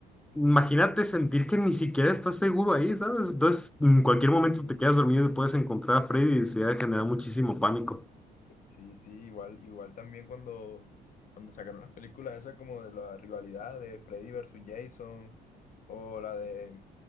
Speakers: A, in the centre; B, on the left.
A: imagínate sentir que ni siquiera estás seguro ahí, ¿sabes? Entonces, en cualquier
B: Sí,
A: momento te quedas dormido y puedes encontrar a Freddy y se va a generar muchísimo pánico.
B: sí, sí, igual, igual también cuando, cuando sacaron las películas esas como de la rivalidad de Freddy versus Jason o la de